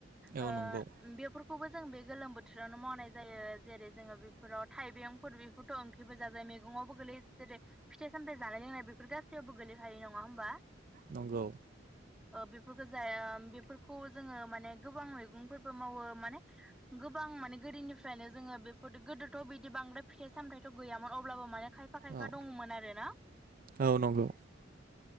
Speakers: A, in the centre; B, on the right.
A: ओ
B: औ नंगौ
A: बेफोर बेफोरखौबो जों बे गोलोम बोथोरावनो मावनाय जायो जेरै जोंङो बेफोराव थाइबेंफोर बेखौथ' ओंख्रिबो जागोन मैगंआवबो गोग्लैयो जेरै फिथाइ सामथायाइ जानाय लोंनाय बेफोर गासैयावबो गोग्लैखायो नङा होमबा।
B: नंगौ।
A: ओ बेफोरखौ जाया बेफोरखौ जोंङो माने गोबां मैगंफोरबो मावो माने गो गोबां माने गोदोनिफ्रायनो जोंङो बेफोर गोदोथ' बिदि बांद्राय फिथाइ सामथायथ गैयामोन अब्लाबो माने। खायफा खायफा
B: औ
A: दङमोन आरो ना?
B: औ नंगौ